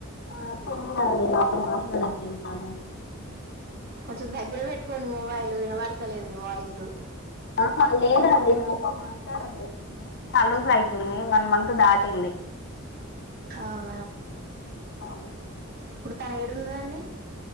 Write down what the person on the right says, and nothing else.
చ్
కొంచెం దగ్గర పెట్టుకోండి మొబైల్ వినబడతలేదు మీ వాయిస్.
అవ్
ఇప్పుడు తను ఏడున్నదండి?